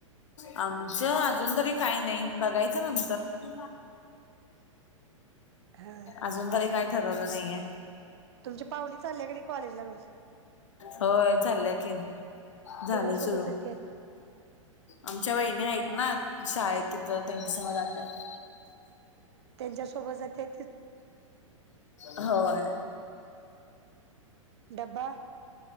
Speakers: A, on the left (about 65°); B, on the right (about 55°).
A: आमचं अजून तरी काय नाही बघायचं नंतर <inaudible>
B: हा
A: अजून तरी काही ठरवलं नाहीये
B: तुमची पाहुणी चालल्या का नाही कॉलेजला रोज
A: होय चालल्या की झालय
B: कुणासोबत
A: सुरू
B: जाते
A: आमच्या वहिणी हाइत ना शाळेत तिथं त्यांच्यासंग जात्यात
B: त्यांच्यासोबत जात्या
A: होय
B: डब्बा